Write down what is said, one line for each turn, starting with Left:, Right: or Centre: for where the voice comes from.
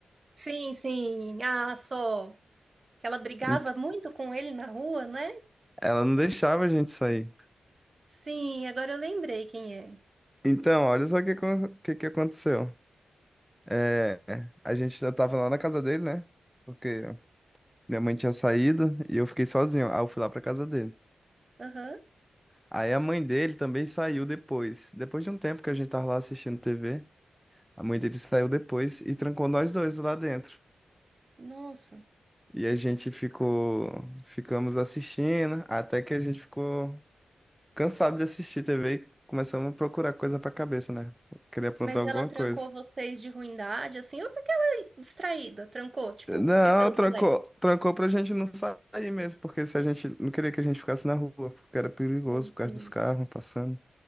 Right: Sim, sim. Ah, só. Que ela brigava
Centre: Ent-
Right: muito com ele na rua, né?
Centre: Ela não deixava a gente sair.
Right: Sim, agora eu lembrei quem é.
Centre: Então, olha só o que, acon- o que, que aconteceu. É, a gente já tava lá na casa dele, né? Porque minha mãe tinha saído e eu fiquei sozinho. Aí eu fui lá pra casa dele.
Right: Aham.
Centre: Aí a mãe dele também saiu depois. Depois de um tempo que a gente tava lá assistindo TV, a mãe dele saiu depois e trancou nós dois lá dentro.
Right: Nossa.
Centre: E a gente ficou, ficamos assistindo até que a gente ficou cansado de assistir TV e começamos a procurar coisa pra cabeça, né? Queria aprontar
Right: Mas
Centre: alguma
Right: ela trancou
Centre: coisa.
Right: vocês de ruindade, assim, ou porque ela é distraída, trancou, tipo,
Centre: Não,
Right: esqueceu
Centre: trancou,
Right: do lei.
Centre: trancou pra gente não sair mesmo, porque se a gente não queria que a gente ficasse na rua, porque era perigoso
Right: Meu
Centre: por causa
Right: Deus,
Centre: dos carros passando.